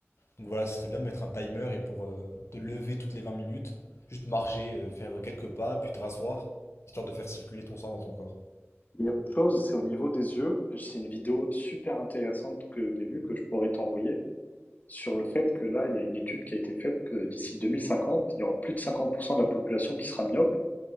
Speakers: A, on the left; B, on the left.
A: Donc voilà, ce serait bien de mettre un timer et pour euh, te lever toutes les 20 minutes, juste marcher, euh, faire quelques pas, puis te rasseoir, histoire de faire circuler ton sang dans ton corps.
B: Il y a autre chose, c'est au niveau des yeux. C'est une vidéo super intéressante que j'ai vue, que je pourrais t'envoyer, sur le fait que là, il y a une étude qui a été faite que d'ici 2050, il y aura plus de 50% de la population qui sera myope.